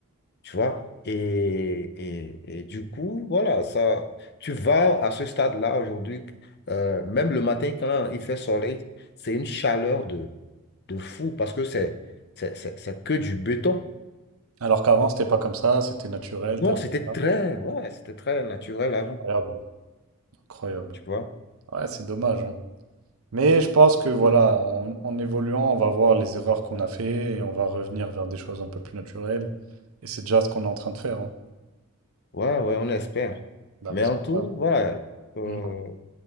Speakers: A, on the left; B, on the right.
A: tu vois. Et, et, et du coup, voilà, ça, tu vas à ce stade-là aujourd'hui, euh, même le matin quand il fait soleil, c'est une chaleur de, de fou parce que c'est, c'est, c'est c'est que du béton.
B: Alors qu'avant, c'était pas comme ça, c'était naturel,
A: Non,
B: t'avais
A: c'était
B: ça.
A: très, ouais, c'était très naturel avant,
B: Incroyable, incroyable.
A: tu vois.
B: Ouais, c'est dommage, hein. Mais je pense que voilà, en, en évoluant, on va voir les erreurs qu'on a fait et on va revenir vers des choses un peu plus naturelles. Et c'est déjà ce qu'on est en train de faire, hein.
A: Ouais, ouais, on espère.
B: Bah,
A: Mais
B: parce
A: en
B: que,
A: tout,
B: voilà.
A: voilà, euh,
B: Mm.